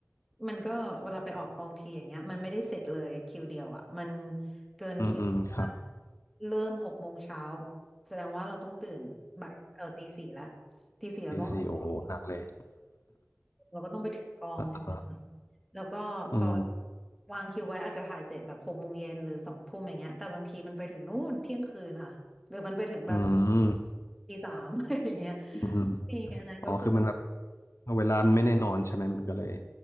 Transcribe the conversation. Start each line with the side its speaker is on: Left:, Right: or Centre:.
Centre: มันก็เวลาไปออกกองทีอย่างเงี้ยมันไม่ได้เสร็จเลยคิวเดียวอ่ะมันเกินคิวว่า
Left: อืมอืมครับ
Centre: เริ่มหกโมงเช้าแสดงว่าเราต้องตื่นบ่ายเออตีสี่ละตีสี่เราต้องตื่น
Left: ดีซีโอหนักเลย
Centre: เราก็ต้องไปถึงกองใช่ไหมคะ
Left: <laughs> อ่า
Centre: แล้วก็พอ
Left: อืม
Centre: วางคิวไว้อาจจะถ่ายเสร็จแบบหกโมงเย็นหรือสองทุ่มอย่างเงี้ยแต่บางทีมันไปถึงนู่นเที่ยงคืนค่ะหรือมันไปถึงแบบ
Left: อืมอืม
Centre: ตีสาม <laughs> อะไรอย่างเงี้ย
Left: อืม
Centre: นี่อันนั้นก็คือ
Left: อ๋อคือมันแบบเวลามันไม่แน่นอนใช่ไหมมันก็เลย